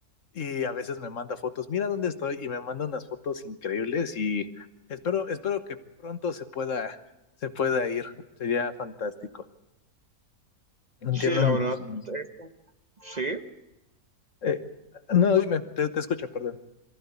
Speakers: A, on the left (about 55°); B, on the right (about 30°).
A: y a veces me manda fotos, mira dónde estoy, y me manda unas fotos increíbles y espero, espero que pronto se pueda, se pueda ir, sería fantástico. Entiendo.
B: Sí, la
A: muchísimo.
B: verdad, es- sí,
A: Eh, no, dime, te, te escucho, perdón.